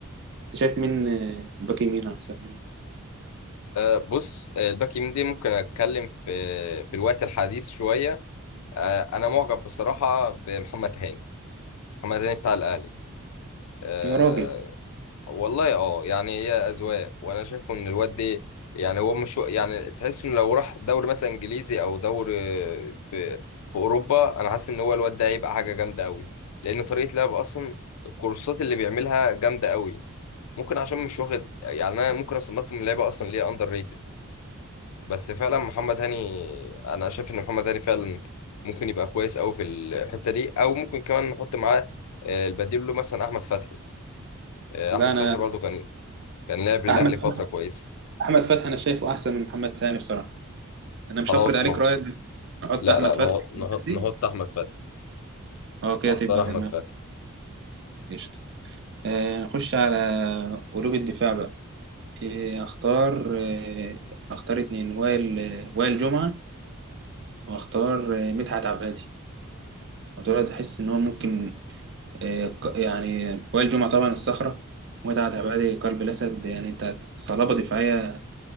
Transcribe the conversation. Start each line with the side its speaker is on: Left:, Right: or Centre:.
Right: أنت شايف مين آه، باك يمين أحسن منه
Left: آه، بص آه، الباك يمين دي ممكن اتكلم في في الوقت الحديث شوية آه، انا معجب بصراحة بمحمد هاني محمد هاني بتاع الاهلي آه،
Right: يا راجل
Left: والله اه يعني هي اذواق وانا شايفه ان الواد ده يعني هو مش يعني تحس انه لو راح دوري مثلا انجليزي او دوري في في اوروبا انا حاسس ان هو الواد ده هيبقى حاجه جامده قوي لان طريقه لعبه اصلا الكورسات اللي بيعملها جامده قوي ممكن عشان مش واخد يعني انا ممكن اصنفه من لعيبه اصلا ليه اندر ريتد بس فعلا محمد هاني انا شايف ان محمد هاني فعلا ممكن يبقى كويس قوي في الحته دي او ممكن كمان نحط معاه آه، البديل له مثلا احمد فتحي آه،
Right: ده
Left: احمد
Right: أنا
Left: فتحي برضو كان كان لعب للاهلي
Right: أحمد
Left: فتره
Right: فتحي-
Left: كويسه
Right: أحمد فتحي أنا شايفه أحسن من محمد هاني بصراحة انا
Left: خلاص
Right: مش هفرض عليك
Left: نه
Right: رأيي بس نحط
Left: لا
Right: احمد
Left: لا نهض
Right: فتحي في
Left: نهض
Right: الأساسي.
Left: نهضت احمد فتحي
Right: اه كده
Left: هختار
Right: تبقى
Left: احمد
Right: تمام
Left: فتحي
Right: قشطة آه، نخش على قلوب الدفاع بقى إيه اختار آه، اختار اتنين وائل آه، وائل جمعة واختار آه، مدحت عبادي ودول احس ان هو ممكن آه، ك- يعني وائل جمعة طبعا الصخرة ومدحت عبادي قلب الاسد يعني انت صلابة دفاعية